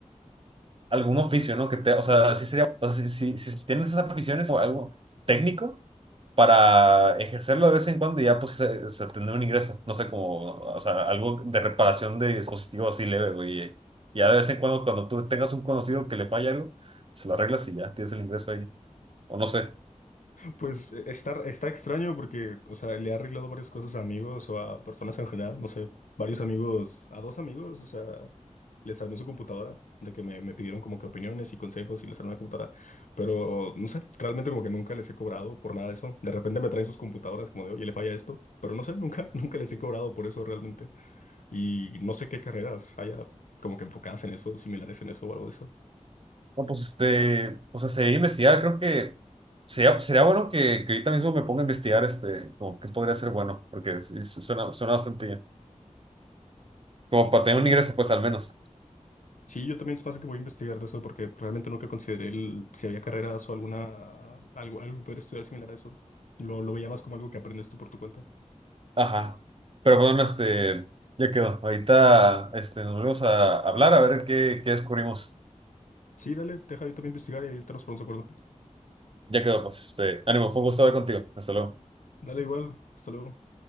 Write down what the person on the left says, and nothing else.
Pues eh, está, está extraño porque, o sea, le ha arreglado varias cosas a amigos o a personas en general, no sé, varios amigos, a dos amigos, o sea, les armé su computadora, de que me, me pidieron como que opiniones y consejos y les armé la computadora, pero no sé, realmente como que nunca les he cobrado por nada de eso. De repente me traen sus computadoras como de, oye, le falla esto, pero no sé, nunca, <laughs> nunca les he cobrado por eso realmente. Y no sé qué carreras haya como que enfocadas en eso, similares en eso o algo de eso.
Sí,
Sí, yo también se me más que voy a investigar de eso porque realmente nunca consideré el- si había carreras o alguna, algo, algo que pudiera estudiar similar a eso. Lo, lo veía más como algo que aprendes tú por tu cuenta.
Sí, dale, deja yo también investigar y ahí te los ponemos de acuerdo.
Dale igual, hasta luego.